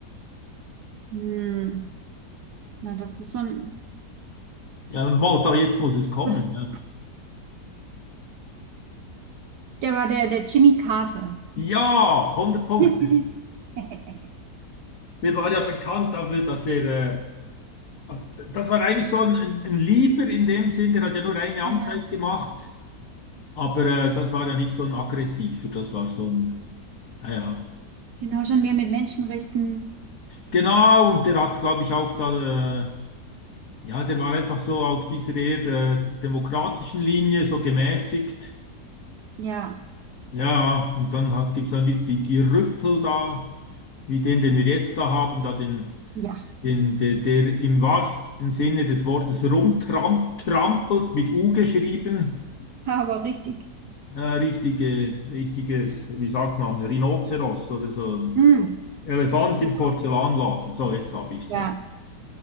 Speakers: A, on the right; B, on the left.
A: Hm. Na, das muss man.
B: Ja, mo, da jetzt muss es kommen.
A: Das,
B: Ne?
A: der war der, der Jimmy Carter.
B: Ja, hundert Punkte.
A: <laughs>
B: Der war ja bekannt dafür, dass er. Äh, das war eigentlich so ein, ein, ein Lieber in dem Sinn, der hat ja nur eine Amtszeit
A: Ja,
B: gemacht. Aber äh, das war ja nicht so ein aggressiver, das war so ein. Ja, ja.
A: genau, schon mehr mit Menschenrechten.
B: Genau, und der hat, glaube ich, auch da. Äh, Ja, der war einfach so auf dieser eher äh, demokratischen Linie, so gemäßigt.
A: Ja,
B: Ja, und dann hat, gibt's dann wieder die, die Rüppel da, wie den, den wir jetzt da haben, da den,
A: ja,
B: den der, der im wahrsten Sinne des Wortes rumtrampelt, mit U geschrieben.
A: <laughs> aber richtig.
B: Äh, richtige, richtiges, wie sagt man, Rhinoceros oder so.
A: Hm.
B: Elefant im
A: Ja,
B: Porzellanladen. So, jetzt hab ich's.
A: ja.
B: Ja,